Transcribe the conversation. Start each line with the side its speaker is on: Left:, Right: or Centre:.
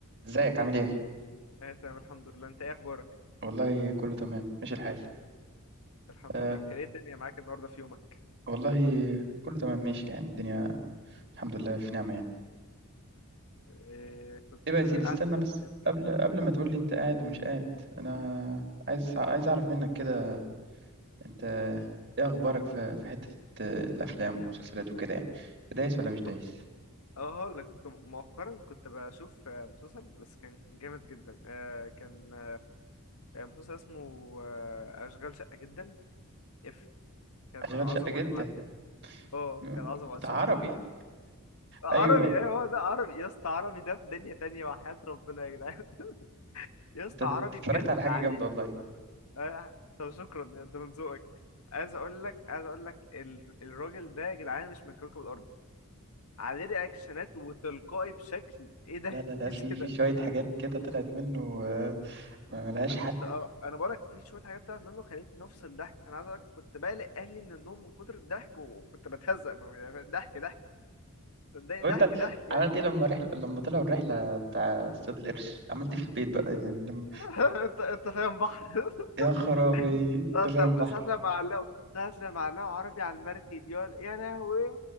Right: ازيك عامل ايه؟
Left: انا تمام الحمد لله انت ايه اخبارك
Right: والله كله تمام ماشي الحال
Left: الحمد
Right: آه
Left: لله بخير ايه الدنيا معاك النهارده في يومك
Right: والله كله تمام ماشي يعني الدنيا الحمد لله في نعمة يعني
Left: إيه كنت
Right: ايه بقى يا سيدي
Left: قاعد
Right: استنى
Left: زهقان
Right: بس قبل
Left: كده
Right: قبل ما تقول لي انت قاعد ومش قاعد انا عايز عايز اعرف منك كده انت ايه اخبارك في في حتة آه، الافلام والمسلسلات وكده يعني دايس ولا مش دايس؟
Left: بص اه هقول لك كنت مؤخرا كنت بشوف آه، مسلسل بس كان جامد جدا آه، كان آه، مسلسل اسمه آه، اشغال شقه جدا اف كان
Right: اشغال
Left: عظمه
Right: شقة جدا
Left: يا معلم اه
Right: م-
Left: كان عظمه
Right: بتاع
Left: شفته
Right: عربي
Left: آه،
Right: ايوه
Left: عربي ايوه هو ده عربي يا اسطى عربي ده في دنيا تانية وحياة ربنا يا جدعان <laughs> يا اسطى
Right: انت انت
Left: عربي
Right: اتفرجت
Left: بجد
Right: على حاجة
Left: عليه
Right: جامدة والله
Left: آه، طب شكرا يا ده من ذوقك عايز اقول لك عايز اقول لك ال- الراجل ده يا جدعان مش من كوكب الارض عليه رياكشنات وتلقائي بشكل ايه ده
Right: لا لا لا
Left: مفيش
Right: في
Left: كده
Right: في شوية حاجات كده طلعت منه آه، ما ملهاش
Left: انا
Right: حل
Left: كنت آه، انا بقولك في شويه حاجات بتاعت منه خلتني افصل ضحك انا عايز اقولك كنت بقلق اهلي من النوم من كتر الضحك وكنت بتهزق من- يعني ضحك ضحك صدقني
Right: طب
Left: ضحك
Right: انت
Left: ضحك يعني
Right: عملت ايه لما رحل... لما طلعوا الرحله بتاع اصطياد القرش عملت ايه في البيت بقى يعني لما...
Left: <laughs> انت انت فاهم بحر <laughs>
Right: يا خرابي
Left: ساعة
Right: انت فاهم
Left: لما
Right: بحر
Left: ساعة لما علقوا ساعة لما علقوا عربي على المركب يا يا لهوي